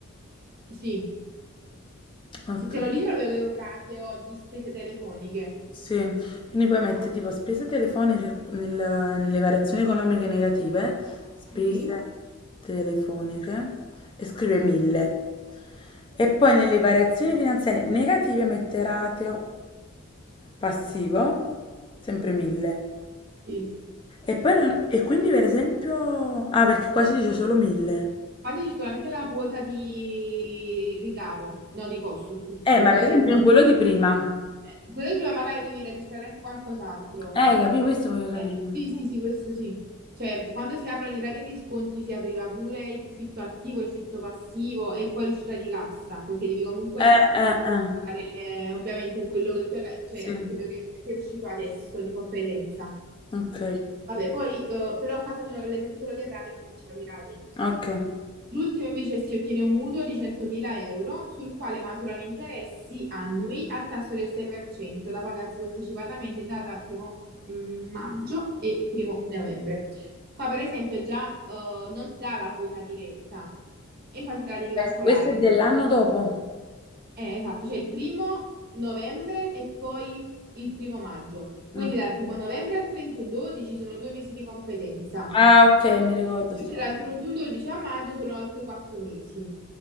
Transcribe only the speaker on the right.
Sì.
Se te lo dice proprio che è un ratio di spese telefoniche.
Sì,
sì.
Infatti c'è solamente la quota di ricavo, no, di costo, scusa.
La
quota
di...
eh, Quello che prima magari devi registrare anche qualcos'altro.
Eh, sì, sì, sì, questo sì. Cioè, quando si aprono i rate di sconti si apriva pure il fitto attivo, il fitto passivo e poi l'uscita di cassa, perché devi comunque
rispettare
eh, ovviamente quello che tu hai, cioè
quello che, che è uscito adesso di competenza.
Vabbè, poi eh, però qua c'è l'esempio solo del rateo, faccio capire i ratei.
L'ultimo invece si ottiene un mutuo di 100.000 euro sul quale maturano interessi annui al tasso del 6% da pagarsi posticipatamente in data mm, maggio e primo novembre. Qua, per esempio, già eh, non ti dà la quota diretta e infatti te la devi
calcolare.
Eh, esatto, cioè il primo novembre e poi il primo maggio. Quindi
dal primo novembre al 31-12 sono due mesi di competenza.
Invece dal 31-12 a maggio sono altri quattro mesi.